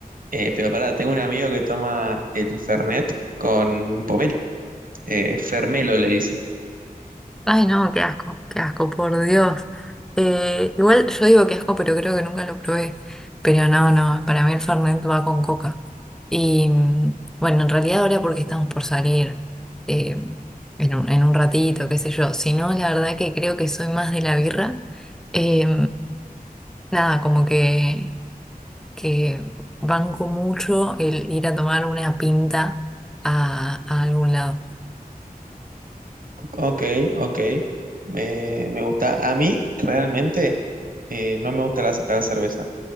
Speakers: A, on the right; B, in the centre.
A: Eh, pero pará, tengo un amigo que toma el Fernet con pomelo, eh, Fermelo le dice.
B: Ay, no, qué asco, qué asco, por Dios. Eh, igual yo digo qué asco, pero creo que nunca lo probé. Pero no, no, para mí el Fernet va con coca. Y mm, bueno, en realidad ahora porque estamos por salir eh, en un, en un ratito, qué sé yo. Si no, la verdad que creo que soy más de la birra. Eh, nada, como que, que banco mucho el ir a tomar una pinta a, a algún lado.
A: Ok, ok, me, me gusta. A mí realmente eh, no me gusta la, la cerveza.